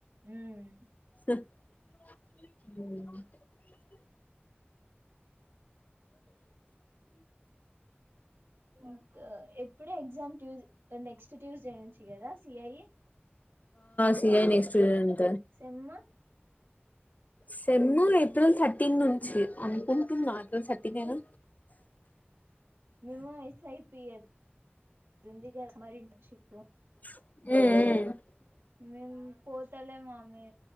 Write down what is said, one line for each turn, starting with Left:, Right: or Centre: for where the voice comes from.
Right: హ్మ్
Left: హ్మ్
Right: ఇకా ఎప్పుడు ఎగ్జామ్ ట్యూస్ అంటే నెక్స్ట్ ట్యూస్డే నుంచి కదా చి ఐ
Left: సిఐ నెక్స్ట్ నేం
Right: సెమ్మ
Left: సెమ్ము ఏప్రిల్ థర్టీన్ నుంచి అనుకుంటున్నా ఏప్రిల్ థర్టీనేనా,
Right: మేము ఎస్ఐపిఎది ఉంది కదా మరి ఇం టర్న్ షిప్పు
Left: మ్మ్ హ్మ్
Right: మేము పోతలేం ఆమే